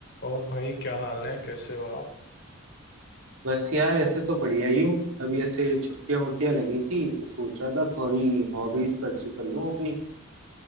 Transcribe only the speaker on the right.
बस यार ऐसे तो बढ़िया ही हूँ अभी ऐसे छुट्टियां वुट्टियां लगी थी तो सोच रहा था थोड़ी हॉबीज परस्यू कर लूँ अपनी